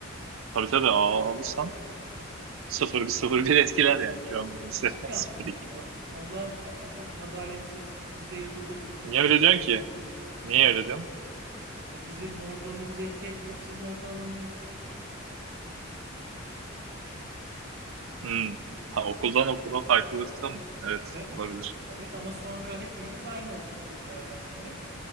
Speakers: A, on the right; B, on the right.
A: Tabii tabii A alırsan sıfır bir sıfır bir etkiler yani şu an benim <laughs> seviyem
B: Çok yanlışmış
A: 0
B: ya.
A: falan.
B: Vallahi a- çok adaletsiz. Bize yazık oluyor demek.
A: Niye öyle diyorsun ki? Niye öyle diyorsun?
B: E, bizim ortalamamızı etki etmiyor. Sizin ortalamanızı yükseltiyor.
A: Hmm. Ha, okuldan okula farklılıkta mı? Evet
B: Evet.
A: olabilir.
B: Evet ama sonra hepimiz aynı okul gibi değerlendirilip